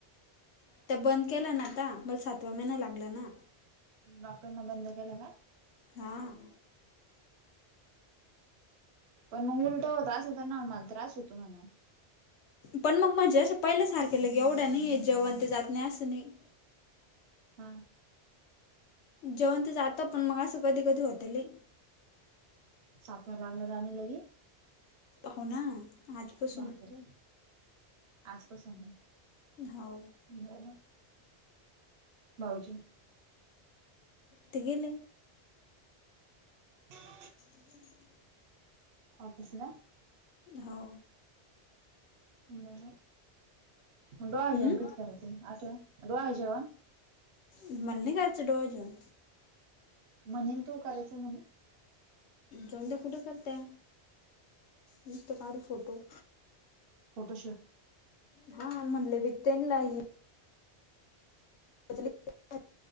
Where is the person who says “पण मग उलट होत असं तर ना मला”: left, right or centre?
Right